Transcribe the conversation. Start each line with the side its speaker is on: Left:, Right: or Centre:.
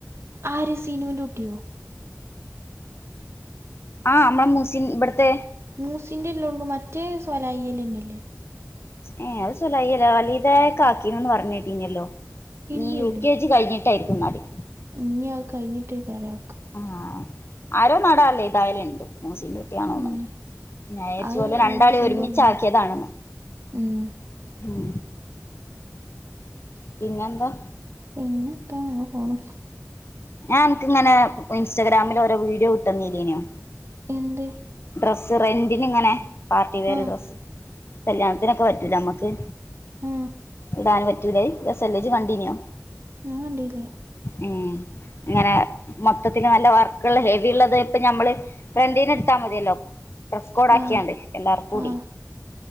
Right: ആര് സീനുന്റെ കുട്ടിയോ
Left: ആഹ് നമ്മളെ മൂസിൻ ഇബടത്തെ
Right: മൂസിന്റെ ന്റെള്ളു മറ്റേ സോലായികലെന്നെല്ലേ
Left: ഏഹ് അത് സൊലാഹ്യല്ലാ <unintelligible> കേട്ടിഞ്ഞല്ലോ
Right: ഇല്ലല്ലോ
Left: നീ യു കെ ജി കഴിഞ്ഞിട്ടാരിക്കും എന്നല്
Right: ഇനി അത് കഴിഞ്ഞിട്ടേ കരാ
Left: ആഹ് ആരോ നടല്ലേ എതായാലും ണ്ട് മൂസിന്റെ കുട്ടിയാണോന്നുണ്ട്
Right: ഉം
Left: ഞായിരിച്ച്
Right: അത്
Left: പോലെ രണ്ടാളേം
Right: മൂസിന്റെ
Left: ഒരുമിച്ച്
Right: ഒന്നുണ്ട്
Left: ആക്കിയതാണ്ന്ന്
Right: ഉം
Left: ഉം പിന്നെന്താ
Right: പിന്നെ ന്താ അങ്ങ് പോണു
Left: ഞാൻ എനക്ക്ങ്ങനെ ഇൻസ്റ്റാഗ്രാമിലൊരോ വീഡിയോ ഇട്ടുന്നീലിനോ
Right: എന്ത്
Left: ഡ്രസ്സ് റെന്റന് ഇങ്ങനെ പാർട്ടി വെയർ
Right: ആഹ്
Left: ഡ്രസ്സ് കല്യാണത്തിനൊക്കെ പറ്റുല്ലേ നമ്മക്ക്
Right: മ്
Left: ഇടാൻ പറ്റൂല്ലേ രസ്ല്ലേ ഇജ് കണ്ടീനോ
Right: ഞാൻ കണ്ടില്ല
Left: മ്, അങ്ങനെ മൊത്തത്തിൽ നല്ല വർക്കുള്ള ഹെവി ഉള്ളത് ഇപ്പ നമ്മള് റെന്റിന് ഇട് ത്താ മതിയല്ലോ ഡ്രസ് കോഡ് ആക്കിയാണ്ട്
Right: ആഹ്
Left: എല്ലാർകൂടി
Right: ആഹ്